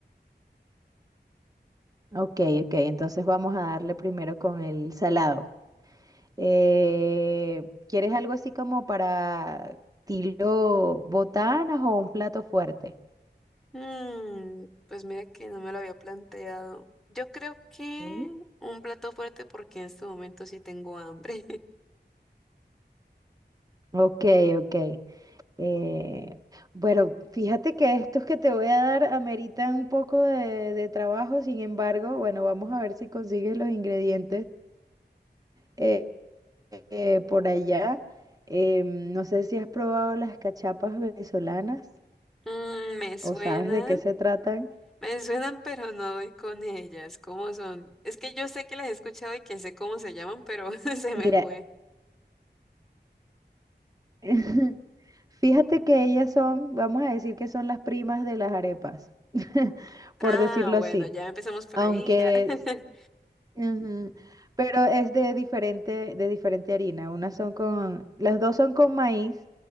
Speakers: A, on the right; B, in the centre.
A: Ok, ok, entonces vamos a darle primero con el salado. Eh, ¿quieres algo así como para estilo botanas o un plato fuerte?
B: Mm, pues mira que no me lo había planteado. Yo creo que
A: Mm.
B: un plato fuerte porque en este momento sí tengo hambre. <laughs>
A: Ok, ok. Eh, bueno, fíjate que estos que te voy a dar ameritan un poco de, de trabajo, sin embargo, bueno, vamos a ver si consigues los ingredientes eh, eh, por allá. Eh, no sé si has probado las cachapas venezolanas
B: Mm, me suenan,
A: o sabes de qué se tratan.
B: me suenan, pero no doy con ellas. ¿Cómo son? Es que yo sé que las he escuchado y que sé cómo se llaman, pero <laughs> se
A: Mira,
B: me fue.
A: <laughs> fíjate que ellas son, vamos a decir que son las primas de las arepas, <laughs> por
B: Ah,
A: decirlo
B: bueno,
A: así.
B: ya empezamos por
A: Aunque
B: ahí, ya. <laughs>
A: Ujú. Pero es de diferente, de diferente harina. Unas son con, las dos son con maíz,